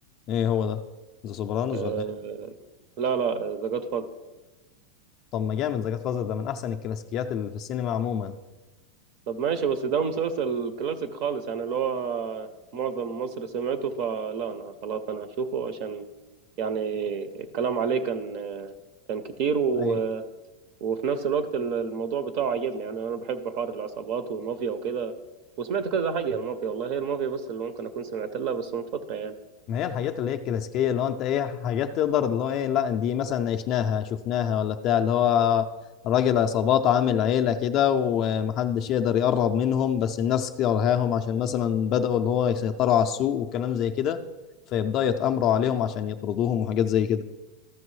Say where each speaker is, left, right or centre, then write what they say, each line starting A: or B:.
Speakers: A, on the left; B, on the right.
A: ايه هو ده ذا سوبرانوس
B: آه،
A: ولا إيه؟
B: لا لا ذا جاد
A: طب ما جامد ذا جاد فازر ده من احسن الكلاسيكيات اللي في السينما عموما
B: طب ماشي بس ده مسلسل كلاسيك خالص يعني اللي هو معظم مصر سمعته فلا انا خلاص انا هشوفه عشان يعني الكلام عليه كان كان كتير و...
A: اي
B: وفي نفس الوقت الموضوع بتاعه عجبني يعني انا بحب حوار العصابات والمافيا وكده وسمعت كذا حاجة المافيا والله هي المافيا بس اللي ممكن أكون سمعت لها بس من فترة يعني
A: ما هي الحاجات اللي هي الكلاسيكيه اللي هو انت ايه حاجات تقدر اللي هو ايه لا دي مثلا عشناها شفناها ولا بتاع اللي هو راجل عصابات عامل عيله كده ومحدش يقدر يقرب منهم بس الناس كرهاهم عشان مثلا بداوا اللي هو يسيطروا على السوق وكلام زي كده فيبداوا يتامروا عليهم عشان يطردوهم وحاجات زي كده